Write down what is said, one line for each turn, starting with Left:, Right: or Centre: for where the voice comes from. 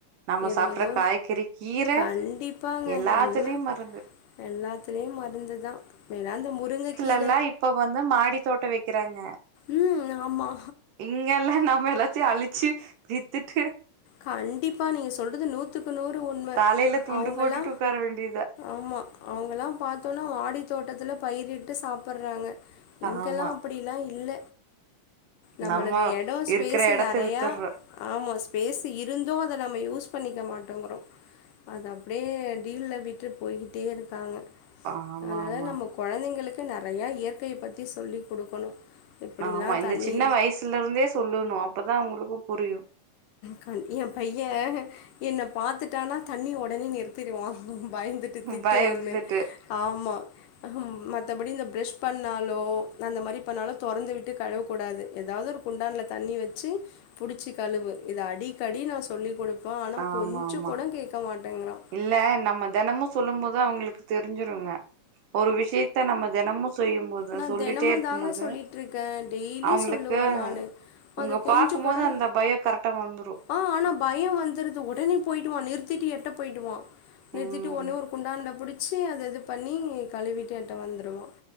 Right: நம்ம
Left: எதோதோ
Right: சாப்ட்ற காய்கறி கீர
Left: கண்டிப்பாங்க
Right: எல்லாத்துலயு
Left: எல்லா
Right: மருந்து
Left: எல்லாத்துலயு மருந்துதா வேணா அந்த முருங்க கீர
Right: எல்லா இப்ப வந்து மாடி தோட்ட வைக்கிறாங்க
Left: ம் ஆமா
Right: இங்க எல்லா நம்ம எல்லாத்தியு அழிச்சு வித்துட்டு
Left: கண்டிப்பா நீங்க சொல்றது நூத்துக்கு நூறு உண்ம
Right: தலையில துண்டு
Left: அவுங்களா
Right: போட்டுட்டு உட்கார வேண்டியதா
Left: ஆமா அவுங்கல்லா பாத்தோனா வாடி தோட்டத்தில பயிரிட்டு சாப்பிற்றாங்க இங்கெல்லா
Right: ஆமா
Left: அப்படிலா இல்ல நம்மளுக்கு
Right: நம்ம
Left: எடோ ஸ்பேஸு
Right: இருக்கிற எடத்த
Left: நெறையா
Right: வித்துர்றோ
Left: ஆமா ஸ்பேஸு இருந்து அத நம்ம யூஸ் பண்ணிக்க மாட்டோங்கிறோ அது அப்புடே டீலல விட்டு போய்கிட்டே இருக்காங்க
Right: ஆமா
Left: அதனால
Right: ஆமாங்க
Left: நம்ம குழந்தைங்களுக்கு நெறைய இயற்கைய பத்தி சொல்லி குடுக்கணு எப்டிலா
Right: ஆமா இந்த
Left: தண்ணி
Right: சின்ன வயசுல இருந்தே சொல்லுணு அப்பதா அவுங்களுக்கு புரியு
Left: கண் எ பையன் என்ன பாத்துட்டானா தண்ணி ஒடனே நிறு த்திருவா பயந்துட்டு திட்டுவன்னு
Right: பயந்துட்டு
Left: ஆமா மத்தபடி இந்த ப்ரஷ் பண்ணாலோ அந்த மாரி பண்ணாலோ தொறந்து விட்டு கழுவக்கூடாது எதாவ்து ஒரு குண்டான்ல தண்ணி வெச்சு புடிச்சி கழுவு இத அடிக்கடி நா சொல்லி குடுப்பே ஆனா
Right: ஆமா
Left: கொஞ்ச
Right: ஆமா
Left: கூட கேக்க மாட்டேங்கிறா
Right: இல்ல நம்ம தெனமு சொல்லும் போது அவுங்களுக்கு தெரிஞ்சுருங்க ஒரு விஷியத் த நம்ம தெனமு செய்யும் போ து
Left: நா
Right: சொல்லிட்டே
Left: தினமும்
Right: இருக்கும்போது
Left: தாங்க சொல்லிட்டு இருக்கே டெய்லி
Right: அவுங்களுக்கு
Left: சொல்லுவே நானு
Right: உங்க
Left: அது கொஞ்சோ
Right: பாக்குமோது
Left: கூட
Right: அந்த பய கரெக்டா வந்துரு
Left: ஆ ஆனா பயோ வந்துருது ஒடனே போயிடுவா நிறுத்திட்டு எட்ட போய்டுவா நிறுத்திட்டு
Right: ம்
Left: ஒன்னே ஒரு குண்டான்ல புடிச்சி அத இது பண்ணி கழுவிட்டு என்ட்ட வந்துருவா